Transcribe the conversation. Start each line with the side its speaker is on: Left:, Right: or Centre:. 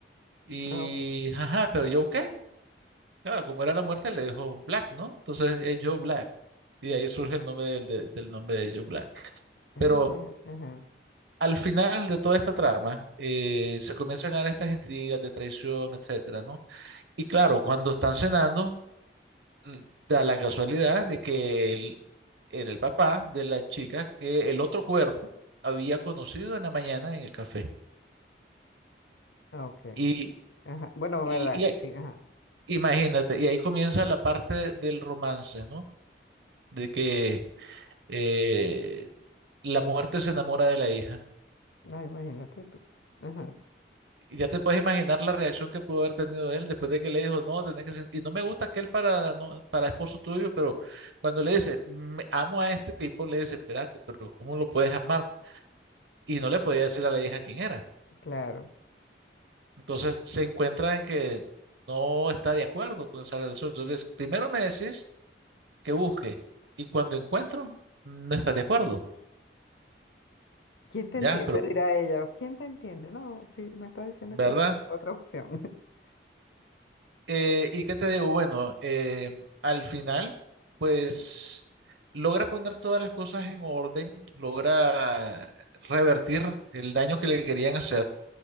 Right: Y,
Left: Ah, ok.
Right: ajá, pero Joe qué? Claro, como era la muerte, le dijo Black, ¿no? Entonces, es Joe Black. Y de ahí surge el nombre del, de- del nombre de Joe Black.
Left: Ah,
Right: Pero
Left: ya. Ajá.
Right: al final de toda esta trama, eh, se comienzan a dar estas intrigas de traición, etcétera, ¿no? Y claro, cuando están cenando, mm, da la casualidad de que él era el papá de la chica que el otro cuerpo había conocido en la mañana en el café.
Left: Ah, Ok.
Right: Y,
Left: Ajá. Bueno,
Right: y,
Left: verdad.
Right: y
Left: Sí, ajá.
Right: imagínate, y ahí comienza la parte del romance, ¿no? De que eh, la muerte se enamora de la hija.
Left: Ah, imagínate tú. Ajá.
Right: Y ya te puedes imaginar la reacción que pudo haber tenido él después de que le dijo, no, tenés que ser-". Y no me gusta aquel para, no, para esposo tuyo, pero cuando le dice, "Me- amo a este tipo, le dice, espérate, pero ¿cómo lo puedes amar? Y no le podía decir a la hija quién era.
Left: Claro.
Right: Entonces se encuentra en que no está de acuerdo con esa relación. Entonces, primero me decís que busque y cuando encuentro, no estás de acuerdo,
Left: ¿Quién te
Right: ¿ya?
Left: entiende?
Right: Pero,
Left: Dirá ella. ¿Quién te entiende? No, sí, me está diciendo
Right: ¿verdad?
Left: que busque otra opción. <laughs>
Right: Eh, ¿y qué te digo? Bueno, eh, al final, pues logra poner todas las cosas en orden, logra revertir el daño que le querían hacer.